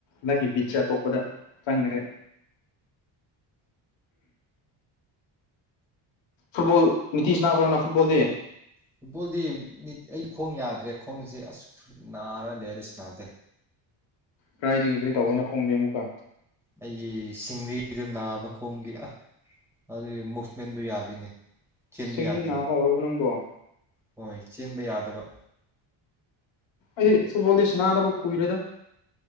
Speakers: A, on the left (about 60°); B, in the centre.
A: ꯅꯪꯒꯤ
B: ꯎꯝ
A: ꯕꯤꯠꯁꯦ ꯑꯇꯣꯞꯄꯗ ꯆꯪꯒꯔꯦ ꯐꯨꯠꯕꯣꯜ ꯅꯤꯇꯤ ꯁꯥꯅꯕ꯭ꯔꯣꯅ ꯐꯨꯠꯕꯣꯜ ꯗꯤ
B: ꯐꯨꯠꯕꯣꯜꯗꯤ ꯑꯩ ꯈꯣꯡ ꯌꯥꯗ꯭ꯔꯦ ꯈꯣꯡꯁꯦ ꯑꯁ ꯅꯥꯔ ꯂꯩꯔꯦ ꯁꯥꯅꯗꯦ
A: ꯀꯗꯥꯥꯏꯗꯒꯤ ꯀꯔꯤ ꯇꯧꯕ ꯅꯈꯣꯡꯗꯤ ꯑꯃꯨꯛꯀ
B: ꯑꯩꯒꯤ ꯁꯤꯡꯂꯤꯗꯨ ꯅꯥꯕ ꯈꯣꯡꯒꯤ ꯑꯥ ꯑꯗꯨꯒꯤ ꯃꯨꯚꯃꯦꯟꯗꯨ ꯌꯥꯗꯦꯅꯦ ꯆꯦꯟꯕ
A: ꯁꯤꯡꯂꯤ
B: ꯌꯥꯗꯦꯅꯦ
A: ꯅꯥꯕ ꯍꯧꯔꯕ ꯅꯪꯕꯣ
B: ꯍꯣꯏ ꯆꯦꯟꯕ ꯌꯥꯗꯕ
A: ꯑꯩꯗꯤ ꯐꯨꯠꯕꯣꯜꯗꯤ ꯁꯥꯅꯥꯗꯕ ꯀꯨꯏꯔꯦꯗ